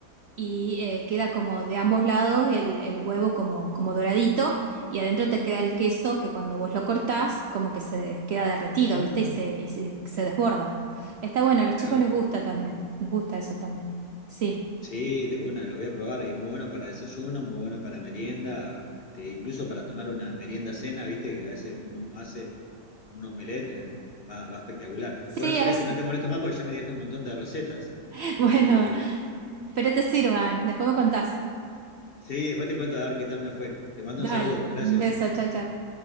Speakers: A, on the right; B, on the left.
A: y eh, queda como de ambos lados el, el huevo como, como doradito y adentro te queda el queso que cuando vos lo cortás como que se queda derretido,
B: Mm,
A: ¿viste? Y se, y se, se desborda. Está bueno, a los
B: mirá.
A: chicos les gusta también, les gusta eso también. Sí,
B: Sí, de una, lo voy a probar. Y es muy bueno para desayuno, muy bueno para merienda, este, incluso para tomar una merienda cena, viste, que a veces uno hace un omelette, eh, va, va espectacular.
A: sí,
B: Bueno, Celeste,
A: a veces,
B: no te molesto más porque ya me diste un montón de recetas.
A: <laughs> bueno,
B: Este,
A: pero te sirvan, después me contás.
B: sí, después te cuento a ver qué tal me fue. Te mando
A: Dale,
B: un saludo, gracias.
A: un beso, chao, chao.